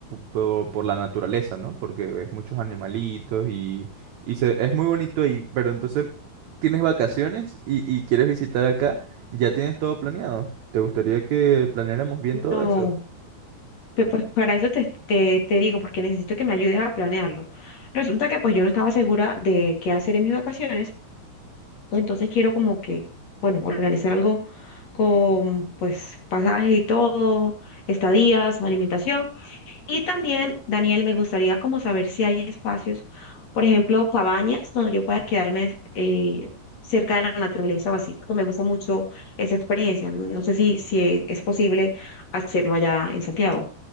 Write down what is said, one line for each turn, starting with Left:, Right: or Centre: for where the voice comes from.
Right: por, por la naturaleza, ¿no? Porque ves muchos animalitos y, y se, es muy bonito ahí. Pero entonces tienes vacaciones y, y quieres visitar acá, ya tienes todo planeado. ¿Te gustaría que planeáramos bien
Left: No.
Right: todo eso?
Left: Pe- Pues para eso te, te, te digo, porque necesito que me ayudes a planearlo. Resulta que pues yo no estaba segura de qué hacer en mis vacaciones, entonces quiero como que, bueno, organizar algo con pues pasaje y todo, estadías, alimentación. Y también, Daniel, me gustaría como saber si hay espacios, por ejemplo, cabañas donde yo pueda quedarme eh, cerca de la naturaleza o así, porque me gusta mucho esa experiencia. No sé si, si es posible hacerlo allá en Santiago.